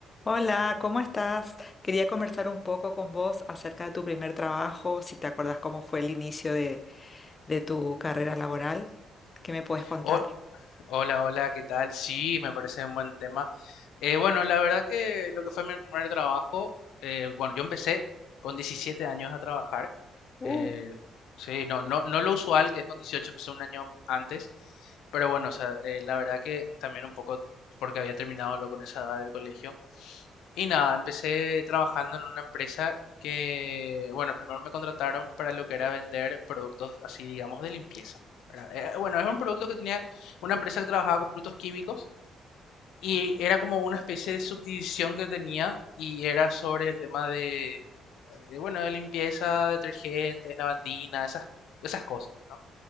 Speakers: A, on the left; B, on the left.
A: Hola, ¿cómo estás? Quería conversar un poco con vos acerca de tu primer trabajo, si te acuerdas cómo fue el inicio de, de tu carrera laboral. ¿Qué me puedes contar?
B: Ho- hola, hola, ¿qué tal? Sí, me parece un buen tema. Eh, bueno, la verdad que lo que fue mi primer trabajo, eh, bueno, yo empecé con 17 años a trabajar.
A: Uh,
B: eh, sí, no, no, no lo usual, que es con 18, empecé un año antes. Pero bueno, o sea, eh, la verdad que también un poco porque había terminado lo con esa edad del colegio. Y nada, empecé trabajando en una empresa que, bueno, primero me contrataron para lo que era vender productos así, digamos, de limpieza, ¿verdad? Eh, bueno, es un producto que tenía una empresa que trabajaba con productos químicos y era como una especie de subdivisión que tenía y era sobre el tema de, bueno, de, bueno, de limpieza, detergentes, lavandina, esas, esas cosas, ¿no?